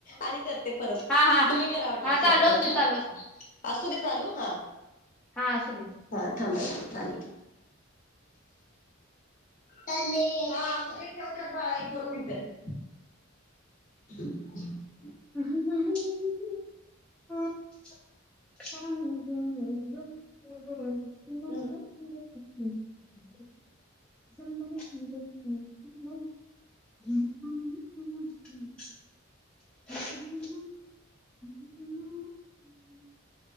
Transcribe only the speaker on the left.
आणि कर ते परत,
तुम्ही करा वाटल्यास
मला
परत
ह,
असूदे चालू हा.
हा थांबायचं चाले. हा <unintelligible> ठेवते बाळा एक दोन मिनिटं. <unintelligible>
ह.